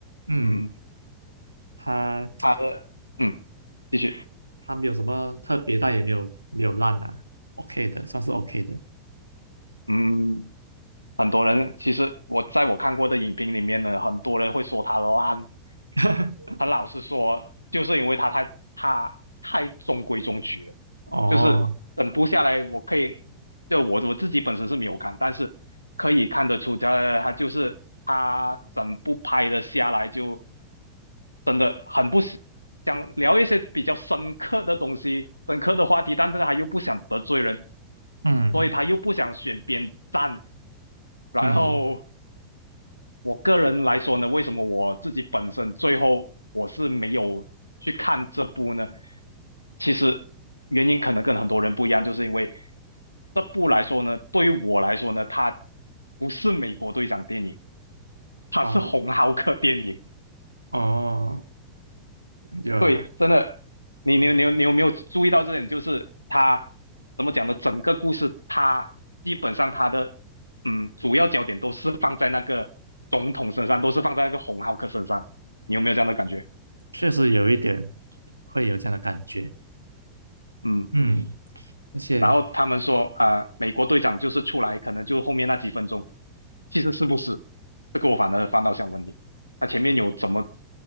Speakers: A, on the right (about 80°); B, on the left (about 85°).
A: 嗯，
B: 嗯，
A: 他
B: 他的嗯，继续。
A: 他没有什么特别，但也没有没有烂啊，OK 的，算是 OK 的。
B: 嗯，很多人其实我在我看过的影评里面呢，很多人会说他烂，
A: <laughs>
B: 很老实说，就是因为他太他太中规中矩了。
A: 哦，
B: 就是整部下来，我可以就我我自己本身是没有看，但是可以看得出他他就是他整部拍的下来就真的很不想想聊一些比较深刻的东西、深刻的话题，但是他又不想得罪人，
A: 嗯
B: 所以他又不想选边站，然后。
A: 嗯，
B: 我个人来说呢，为什么我自己本身最后我是没有去看这部呢？其实原因可能跟很多人不一样，就是因为这部来说呢，对于我来说呢，它不是美国队长电影，它是红浩克电影。
A: 哦。哦，有啦，
B: 对，真的，你你你你有没有注意到这点？就是他怎么讲的，整个故事他基本上他的嗯主要焦点都是放在那个总统身上，都是放在那个红浩克身上。你有没有这样的感觉？
A: 确实有一点会有这样的感觉。
B: 嗯，
A: 嗯，而且
B: 然后他们说啊、呃美国队长就是出来，可能就后面那几分钟，其实是不是？这个我反而反倒想问你，他前面有怎么